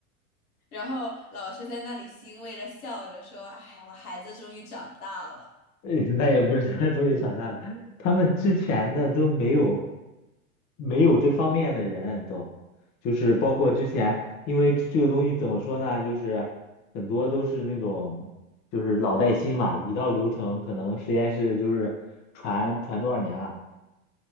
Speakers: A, on the left; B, on the left.
A: 然后老师在那里欣慰的笑着说：“哎，我孩子终于长大了。”
B: <laughs> 呃那也不是他 <laughs> 终于长大了，他们之前的都没有没有这方面的人都，就是包括之前，因为这这个东西怎么说呢，就是很多都是那种就是老带新嘛，一套流程可能实验室就是传传多少年了，